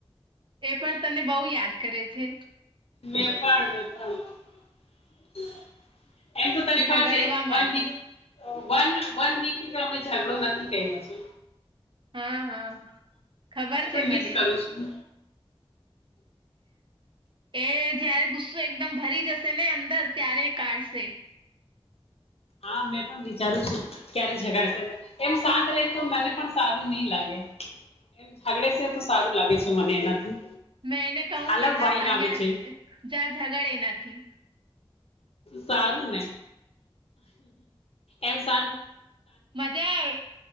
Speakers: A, on the right; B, on the left.
A: એ પણ તને બોવ યાદ કરે છે.
B: મેં પણ મેં પણ એમ તો તને
A: ઝગાડવા
B: ખબર છે,
A: માટે
B: વન વીક વન વન વીકથી તો અમે ઝઘડો નથી કયરો છે.
A: હા હા ખબર
B: મેં
A: છે
B: તો
A: મને
B: મિસ કરું છું.
A: એ જયારે ગુસ્સો એકદમ ભરી જશે ને અંદર ત્યારે કાઢશે
B: હા મેં પણ વિચારું છું ક્યારે ઝગડશે તો એમ શાંત રહે તો મને પણ સારું ની લાગે એમ ઝાગડે છે, તો સારું લાગે છે, મને એનાથી
A: મેં એને કહું
B: અલગ
A: કે જા
B: વાઈબ
A: સાનિયા
B: આવે છે.
A: જા ઝગડ એનાથી
B: સારું ને એમ શા-
A: મજા આવે